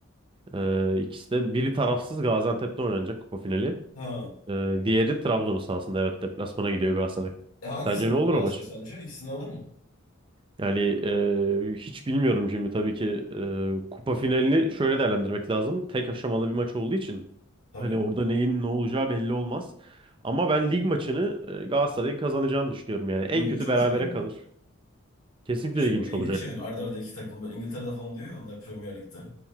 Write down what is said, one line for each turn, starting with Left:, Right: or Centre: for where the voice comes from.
Right: Ee, ikisi de biri tarafsız Gaziantep'te oynanacak kupa finali.
Left: Ha.
Right: Ee, diğeri Trabzon'un sahasında evet deplasmana gidiyor Galatasaray.
Left: E hangisini
Right: Sence ne
Left: alır
Right: olur
Left: Galatasaray
Right: o maç?
Left: sence? İkisini alır mı?
Right: Yani e, hiç bilmiyorum şimdi tabii ki e, kupa finalini şöyle değerlendirmek lazım. Tek aşamalı bir maç olduğu için
Left: Tabii.
Right: hani orada neyin ne olacağı belli olmaz. Ama ben lig maçını e, Galatasaray'ın kazanacağını düşünüyorum yani. En
Left: İlginç
Right: kötü
Left: olacak
Right: berabere
Left: ama.
Right: kalır. Kesinlikle
Left: Şey
Right: ilginç
Left: ilginç
Right: olacak.
Left: yani arda arda iki takım. Böyle İngiltere'de falan oluyor ya onlar Premier Lig'de.